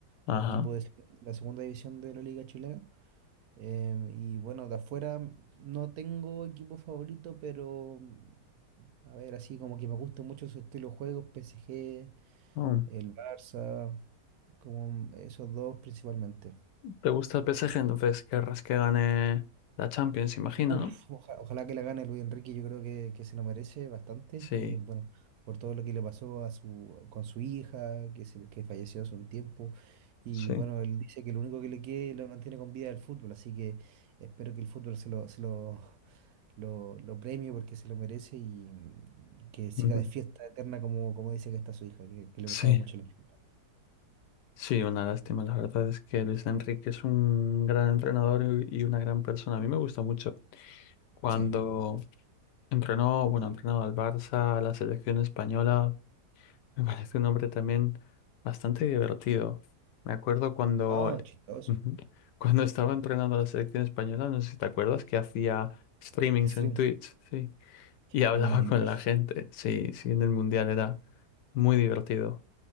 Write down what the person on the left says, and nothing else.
Ajá.
Oh,
¿Te gusta el PSG? Entonces querrás que gane la Champions, imagino,
¿no?
Sí,
sí.
Ujú.
Sí,
sí, una lástima. La verdad es que Luis Enrique es un gran entrenador y y una gran persona. A mí me gustó mucho cuando
entrenó, bueno, ha entrenado al Barça, a la selección española. <laughs> Me parece un hombre también bastante divertido. Me acuerdo cuando,
Ujú. cuando estaba entrenando a la selección española, no sé si te acuerdas, que hacía streamings
en Twitch, sí, y hablaba
con la gente. Sí, sí, en el Mundial era muy divertido.